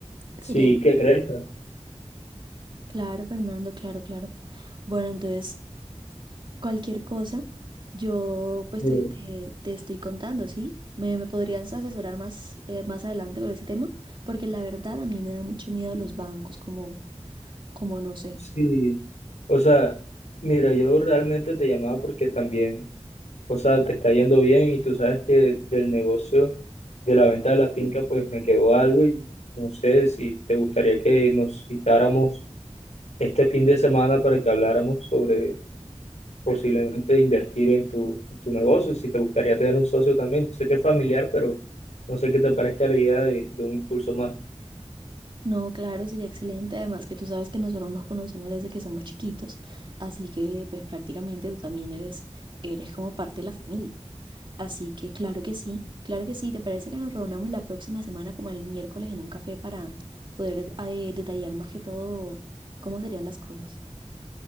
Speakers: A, on the right; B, on the left.
A: Sería
B: Sí, ¿qué crees?
A: Claro, Fernando, claro, claro. Bueno, entonces, cualquier cosa, yo pues
B: Eh,
A: te, te- te estoy contando, ¿sí? ¿Me, me podrías asesorar más, eh, más adelante con ese tema? Porque la verdad a mí me da mucho miedo los bancos, como, como no sé.
B: Sí, o sea, mira, yo realmente te llamaba porque también, o sea, te está yendo bien y tú sabes que del negocio de la venta de la finca, pues me quedó algo y no sé si te gustaría que nos citáramos este fin de semana para que habláramos sobre posiblemente invertir en tu, en tu negocio, si te gustaría tener un socio también. Yo sé que es familiar, pero no sé qué te parezca la idea de, de un impulso más.
A: No, claro, sería excelente. Además que tú sabes que nosotros nos conocemos desde que somos chiquitos, así que pues prácticamente tú también eres, eres como parte de la familia. Así que claro que sí, claro que sí. ¿Te parece que nos reunamos la próxima semana como el miércoles en un café para poder eh, detallar más que todo cómo serían las cosas?